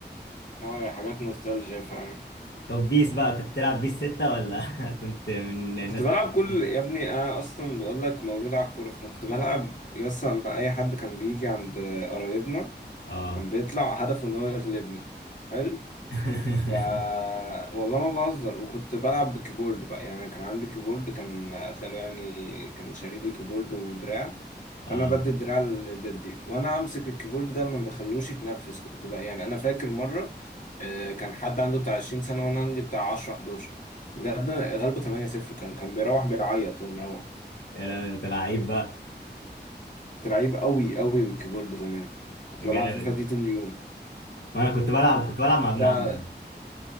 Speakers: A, on the left (about 45°); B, on the left (about 65°).
A: آه، يا حاجات نوستالجيا فعلا
B: طب بيس بقى كنت تلعب بيس ستة ولا <laughs> كنت من الناس
A: كنت بلعب
B: اللي بتلعب
A: كل
B: بيس ده؟
A: يا ابني انا اصلا بقول لك مولود على الكوره فانا كنت بلعب يصل مع اي حد كان بيجي عند قرايبنا
B: اه
A: كان بيطلع هدفه ان هو يغلبني حلو
B: <laughs>
A: ف والله ما بهزر وكنت بلعب بالكيبورد بقى يعني كان عندي كيبورد كان خلو يعني كان شاري لي كيبورد ودراع
B: اه
A: فانا بدي الدراع لددي وانا امسك الكيبورد ده ما بخلوش يتنفس كنت بقى يعني انا فاكر مره آه، كان حد عنده بتاع 20 سنه وانا عندي بتاع 10 11 بجد غلبه 8 0 كان كان بيروح بيعيط ومروح
B: يا لهوي أنت لعيب بقى
A: كنت لعيب قوي قوي بالكيبورد زمان كنت
B: جامد
A: بلعب فيفا دي طول اليوم
B: وأنا كنت بلعب كنت بلعب مع ابن
A: ده
B: عمي